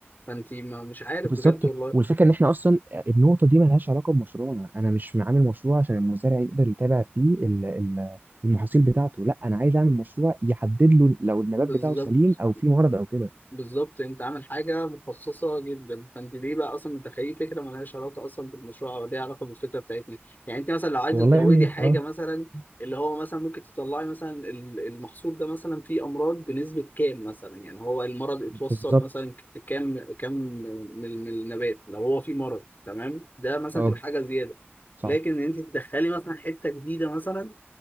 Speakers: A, on the left (about 45°); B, on the right (about 45°).
A: فانت ما مش عارف
B: بالظبط
A: بجد والله
B: والفكره ان احنا اصلا النقطه دي ملهاش علاقه بمشروعنا انا مش عامل مشروع عشان المزارع يقدر يتابع فيه ال- ال- المحاصيل بتاعته لا انا عايز اعمل مشروع يحدد له لو النبات
A: بالظبط
B: بتاعه سليم او فيه مرض او كده
A: بالظبط انت عامل حاجه مخصصه جدا فانت ليه بقى اصلا متخيل فكره مالهاش علاقه اصلا بالمشروع او ليها علاقه بالفكره بتاعتنا يعني انت مثلا لو عايزه
B: والله
A: تزودي
B: يا ابني
A: حاجه
B: اه
A: مثلا اللي هو مثلا ممكن تطلعي مثلا ال- المحصول ده مثلا فيه امراض بنسبه كام مثلا يعني هو المرض اتوصل
B: بالظبط
A: مثلا ك- كام كام من من النبات لو هو فيه مرض تمام ده مثلا
B: اه
A: تبقى حاجه زياده
B: صح
A: لكن انت تدخلي مثلا حته جديده مثلا